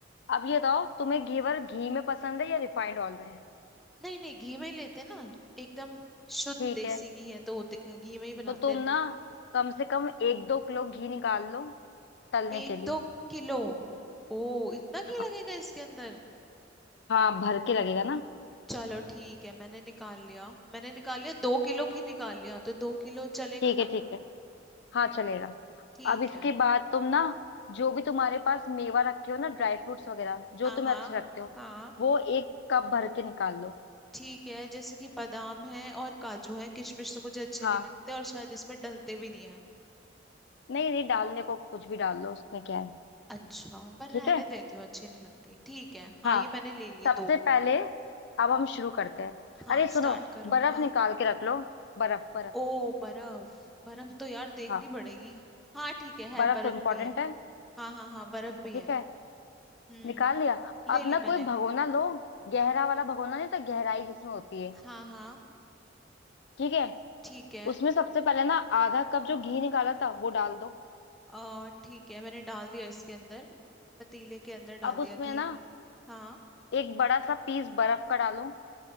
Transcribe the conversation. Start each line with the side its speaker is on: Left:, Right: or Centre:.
Left: अब ये बताओ तुम्हें घेवर घी में पसंद है या रिफाइंड ऑयल में
Centre: नहीं नहीं घी में ही लेते हैं ना एकदम शुद्ध
Left: ठीक
Centre: देसी
Left: है
Centre: घी है तो दे- घी में ही बनाते
Left: तो तुम
Centre: हैं
Left: ना कम से कम एक दो किलो घी निकाल लो तलने
Centre: एक
Left: के लिए
Centre: दो किलो ओ इतना घी
Left: हाँ
Centre: लगेगा इसके अंदर
Left: हाँ भर के लगेगा ना
Centre: चलो ठीक है मैंने निकाल लिया मैंने निकाल लिया दो किलो ही निकाल लिया तो दो किलो चलेगा
Left: ठीक है
Centre: ना
Left: ठीक है हाँ चलेगा
Centre: ठीक
Left: अब इसके
Centre: है
Left: बाद तुम ना जो भी तुम्हारे पास मेवा रखे हो ना ड्राई फ्रूट्स वगैरह जो
Centre: हाँ
Left: तुम्हें
Centre: हाँ
Left: अच्छे लगते हो
Centre: हाँ
Left: वो एक कप भर के निकाल लो
Centre: ठीक है जैसे कि बादाम है और काजू है किशमिश तो मुझे अच्छे
Left: हाँ
Centre: नहीं लगते और शायद इसमें डलते भी नहीं है
Left: नहीं नहीं डालने को कुछ भी डाल लो उसमें क्या है
Centre: अच्छा पर रहने
Left: ठीक है
Centre: देती हूँ अच्छे नहीं लगते ठीक है हाँ
Left: हाँ
Centre: ये मैंने ले लिए
Left: सबसे
Centre: दो
Left: पहले अब हम शुरू करते हैं
Centre: हाँ
Left: अरे सुनो
Centre: स्टार्ट करो
Left: बर्फ
Centre: हाँ
Left: निकाल के रख लो बर्फ बर्फ
Centre: ओ बर्फ बर्फ तो यार देखनी
Left: हाँ
Centre: पड़ेगी हाँ ठीक है है
Left: बर्फ
Centre: बर्फ
Left: तो इम्पोर्टेंट
Centre: भी है
Left: है
Centre: हाँ हाँ हाँ बर्फ भी
Left: ठीक
Centre: है
Left: है
Centre: हम्म
Left: निकाल लिया
Centre: ले
Left: अब
Centre: ली
Left: ना
Centre: मैंने
Left: कोई भगोना लो गहरा वाला भगोना नहीं तो गहराई जिसमें होती है
Centre: हाँ हाँ
Left: ठीक है
Centre: ठीक है
Left: उसमें सबसे पहले ना आधा कप जो घी निकाला था वो डाल दो
Centre: आ ठीक है मैंने डाल दिया इसके अंदर पतीले के अंदर डाल
Left: अब उसमें
Centre: दिया घी
Left: ना
Centre: हाँ
Left: एक बड़ा सा पीस बर्फ का डालो